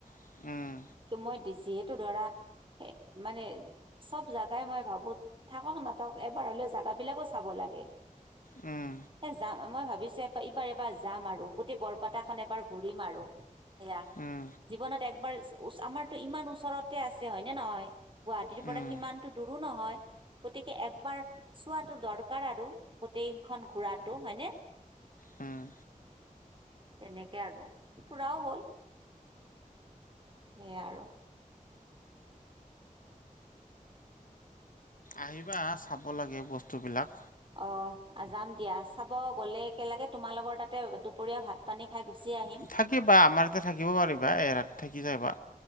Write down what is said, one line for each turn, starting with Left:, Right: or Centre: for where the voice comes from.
Left: উম
Right: কি মই যিহেতু ধৰা এ মানে চব জেগাই মই ভাবো থাকক নাথাকক এবাৰ হ'লেও জাগাবিলাকো চাব লাগে।
Left: উম।
Right: এ যাম, মই ভাবিছো এইবাৰ এবাৰ যাম আৰু গোটেই বৰপটাখন এবাৰ ঘূৰিম আৰু। সেয়া
Left: উম
Right: জীৱনত একবাৰ ওচ আমাৰতো ইমান ওচৰতে আছে হয়নে? নহয় গুৱাহাটীৰ পৰা
Left: উম
Right: সিমানতো দূৰো নহয়। গতিকে একবাৰ চোৱাটো দৰকাৰ আৰু গোটেইখন ঘোৰাটো হয়নে?
Left: হম।
Right: তেনেকে আৰু ফুৰাও হ'ল। সেয়া আৰু।
Left: আহিবা চাব লাগে বস্তুবিলাক।
Right: অ যাম দিয়া চাব গ'লে একেলগে তোমাৰ লগৰ তাতে দুপৰীয়া ভাত পানী খাই গুচি আহ
Left: থাকিবা আমাৰ ইতে থাকিব পাৰিবা এৰাত থাকি যাবা।